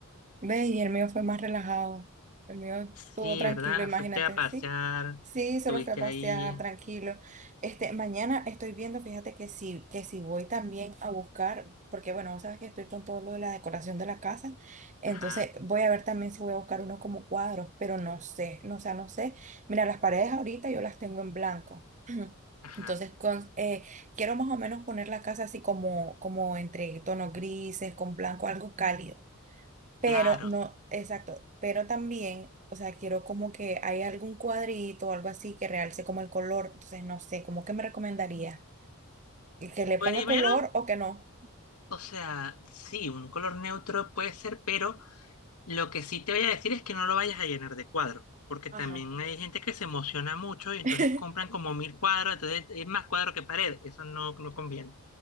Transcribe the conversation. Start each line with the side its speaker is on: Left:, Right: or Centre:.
Right: ve, y el mío fue más relajado. El mío
Left: Sí,
Right: estuvo tranquilo,
Left: ¿verdad?
Right: imagínate,
Left: Fuiste a pasear,
Right: sí. Sí,
Left: estuviste
Right: solo fui a pasear
Left: ahí.
Right: tranquilo. Este, mañana estoy viendo, fíjate que sí, que si voy también a buscar, porque bueno, vos sabes que estoy con todo lo de la decoración de la casa, entonces
Left: Ajá,
Right: voy a ver también si voy a buscar unos como cuadros, pero no sé, no, o sea, no sé. Mira, las paredes ahorita yo las tengo en blanco.
Left: ajá,
Right: Entonces, con- eh, quiero más o menos poner la casa así como, como entre tonos grises, con blanco, algo cálido. Pero
Left: claro.
Right: no, exacto, pero también, o sea, quiero como que hay algún cuadrito o algo así que realce como el color. Entonces, no sé, ¿cómo que me recomendaría? ¿Que que le
Left: Primero,
Right: ponga color o que no?
Left: o sea, sí, un color neutro puede ser, pero Lo que sí te voy a decir es que no lo vayas a llenar de cuadros, porque
Right: Ajá.
Left: también hay gente que se emociona mucho y entonces
Right: <laughs>
Left: compran como mil cuadros, entonces es más cuadro que pared, eso no, no conviene.